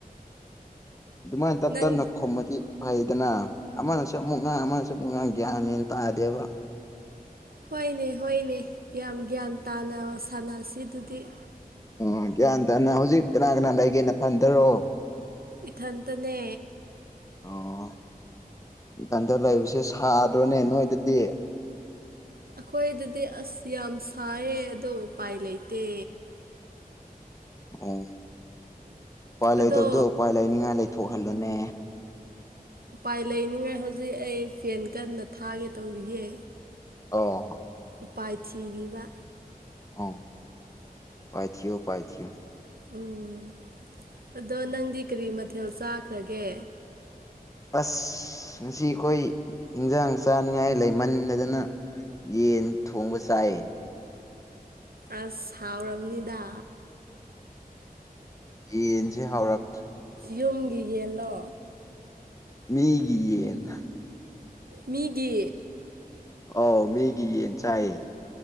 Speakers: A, on the left (about 20°); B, on the right (about 75°).
A: ꯑꯗꯨꯃꯥꯏꯅ ꯇꯞ
B: ꯅꯪ
A: ꯇꯞꯅ ꯈꯣꯨꯝꯃꯗꯤ ꯐꯩꯗꯅ ꯑꯃꯅꯁꯨ ꯑꯃꯨꯛ ꯉꯥꯡ ꯑꯃꯅꯁꯨ ꯃꯨꯛ ꯉ ꯒ꯭ꯌꯥꯟꯅꯦꯅ ꯇꯥꯗꯦꯕ
B: ꯍꯣꯏꯅꯦ ꯍꯣꯏꯅꯦ ꯌꯥꯝ ꯒ꯭ꯌꯥꯟ ꯇꯥꯅ ꯁꯥꯟꯅꯁꯤꯗꯨꯗꯤ
A: ꯑꯣ ꯒ꯭ꯌꯥꯟ ꯇꯥꯅ ꯍꯧꯖꯤꯛ ꯀꯅꯥ ꯀꯅꯥ ꯂꯩꯒꯦꯅ ꯐꯟꯗꯔꯣ
B: ꯏꯊꯇꯅꯦ
A: ꯑꯣ ꯀꯟꯇ ꯂꯩꯕꯁꯦ ꯁꯥꯗ꯭ꯔꯣꯅꯦ ꯅꯣꯏꯗꯗꯤ
B: ꯑꯩꯈꯣꯏꯗꯗꯤ ꯑꯁ ꯌꯥꯝ ꯁꯥꯏꯌꯦ ꯑꯗꯣ ꯎꯄꯥꯏ ꯂꯩꯇꯦ
A: ꯑꯣ ꯎꯄꯥꯏ ꯂꯩꯇꯕꯗꯣ
B: ꯑꯗꯣ
A: ꯎꯄꯥꯏ ꯂꯩꯅꯤꯡꯉꯥꯏ ꯂꯩꯊꯣꯛꯍꯜꯂꯣꯅꯦ
B: ꯎꯄꯥꯏ ꯂꯩꯅꯤꯉꯥꯏ ꯍꯧꯖꯤꯛ ꯑꯩ ꯐꯦꯟ ꯀꯟꯅ ꯊꯥꯒꯦ ꯇꯧꯔꯤꯌꯦ
A: ꯑꯣ
B: ꯎꯄꯥꯏꯊꯤꯔꯤꯕ
A: ꯑ ꯄꯥꯏꯁꯤ ꯄꯥꯏꯁꯤ
B: ꯎꯝ ꯑꯗꯣ ꯅꯪꯗꯤ ꯀꯔꯤ ꯃꯊꯦꯜ ꯆꯥꯈ꯭ꯔꯒꯦ
A: ꯑꯁ ꯉꯁꯤ ꯑꯩꯣꯏ ꯏꯟꯖꯥꯡ ꯆꯥꯅꯤꯡꯉꯥꯏ ꯂꯩꯃꯟꯟꯅꯗꯅ ꯌꯦꯟ ꯊꯣꯡꯕ ꯆꯥꯏ
B: ꯑꯁ ꯁꯥꯎꯔꯝꯅꯤꯗ
A: ꯏꯟꯁꯦ ꯍꯥꯎꯥꯎꯔꯥꯛꯇ꯭ꯔꯔꯤ
B: ꯌꯨꯝꯒꯤ ꯌꯦꯅꯣ
A: ꯃꯤꯒꯤ ꯌꯦꯟ
B: ꯃꯤꯒꯤ
A: ꯑꯥꯎ ꯃꯤꯒꯤ ꯌꯦꯟ ꯆꯥꯏꯌꯦ